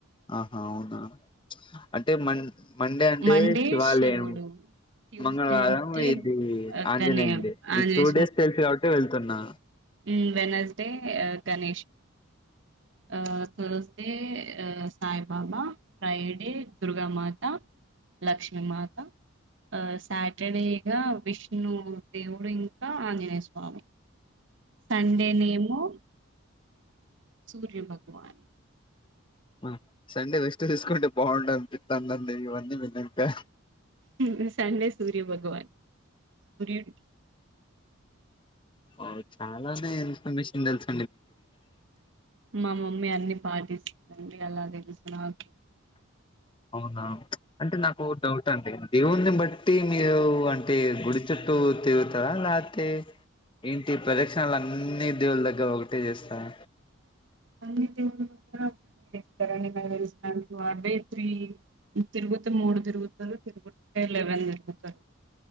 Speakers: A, on the left (about 20°); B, on the right (about 55°).
A: ఆహా అవునా ప్చ్ అంటే మన్ మండే అంటే
B: మండే
A: శివాలయం,
B: శివుడు ట్యూస్డే
A: మంగళవారం
B: అంటే
A: ఇది ఆంజనేయుందే,
B: గనే ఆంజనేయ
A: ఈ టూడేస్ తెలుసు కాబట్టే వెళ్తున్నా.
B: ఉ వెనస్డే గణేశ్ ఆ థర్స్‌డే ఆ సాయిబాబా ఫ్రైడే దుర్గామాత లక్ష్మీమాత ఆ సాటర్డే ఇగా విష్ణుదేవుడు ఇంకా ఆంజనేయస్వామి సండేనేమో సూర్యభగవాన్
A: ఆ సండే రెస్టు దీసుకోయింటే బాండుఅనిపిత్తాందండి ఇవన్నీ వినింటే
B: నిన్న సండే సూర్యభగవాన్ సూర్యున్న్ కి
A: అవ్ చాలానే ఇన్ఫర్మేషన్ దెల్స్
B: మా మమ్మీ అన్ని పాటిస్ అన్ని అలా దెలుసు నాకి
A: అవున అంటే నాకో డౌటండి దేవున్ని బట్టి మీరు అంటే గుడి చుట్టూ తిరుగుతారా ల్యాక్తే ఏంటి ప్రదక్షణాలన్నీ దేవుళ్లదగ్గర ఒగటే జేస్తార
B: అన్ని దేవుళ్ల దగ్గర ఒకటే చెప్తారండీ నాకు తెలిసినంత వరకు అవే త్రీ తిరుగుతే మూడు తిరుగుతారు తిరుగుతే లెవెన్ తిరుగుతరు.